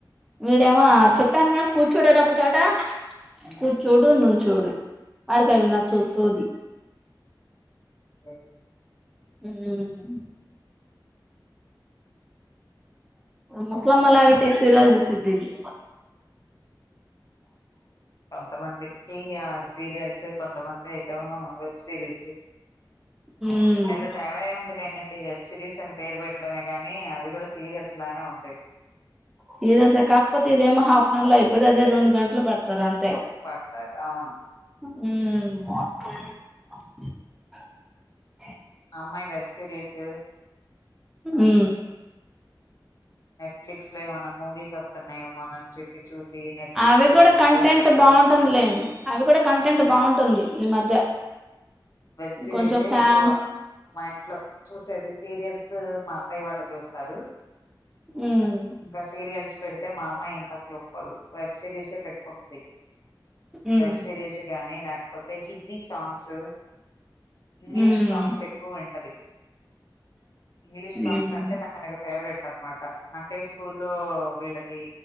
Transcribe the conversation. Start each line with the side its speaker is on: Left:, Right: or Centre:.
Centre: వీడేమో
Left: ఓకే.
Centre: చెప్పానుగా కూర్చోడని ఒక చోట
Left: హ్మ్.
Centre: కూర్చోడు
Left: హ్మ్.
Centre: నుంచోడు వాడికి అవి నచ్చవ్ సోది
Left: తెలీదు.
Centre: మ్ ముసలమ్మ లాగ టి సీరియాల్ చూసిద్ధి ఇది
Left: కొంతమందికి ఆ సీరియల్స్ కొంతమం ఎటో వెబ్ సిరీస్
Centre: ఉమ్
Left: పెద్ద తేడ ఏం ఉంది లే అడి వెబ్ సిరీస్ అని పేరు పెట్టడమే కాని అవి కూడా సీరియల్స్ లానే ఉంటాయి.
Centre: సీరియల్సే కాకపోతే ఇదేమో హాఫ్ ఎన్ అవర్ లో అయిపోతాది అది రెండు గంటలు పెడతారు అంతే
Left: పడతారు అవునా
Centre: ఉ
Left: అమ్మాయి వెబ్ సిరీస్
Centre: ఉ
Left: నెట్ ప్లెక్సీ లో ఏమన్నా మూవీస్ వస్తున్నాయ ఏమోననీ చెప్పి చూసి నెట్ఫ్లిక్స్
Centre: అవి
Left: లో
Centre: కూడా కంటెంట్
Left: అవే పెడతారు.
Centre: బాగుంటుందిలేండి అవి కూడా కంటెంట్
Left: హ్మ్
Centre: బాగుంటుంది ఈ మధ్య
Left: వెబ్ సిరీసే
Centre: కొంచెం ఫ్యామ్
Left: ఎక్కువ మా ఇంట్లో చూసేది సీరియల్స్ మా అత్తాయ్య వాళ్ళు చూస్తారు
Centre: ఉమ్
Left: ఇంకా సీరియల్స్ పెడితే మా అమ్మాయి ఇంకా అసలు ఒప్పుకోదు వెబ్ సిరీస్ పెట్టుకుంటుది
Centre: ఉమ్
Left: వెబ్ సిరీస్ గాని లేకపోతే హిందీ సాంగ్స్ ఇంగ్లీష్
Centre: ఉమ్
Left: సాంగ్స్ ఎక్కువ వింటది ఇంగ్లీష్ సాంగ్స్
Centre: ఉమ్
Left: అంటే తనకు ఫేవరెట్ అనమాట అంటే స్కూల్లో వీళ్ళది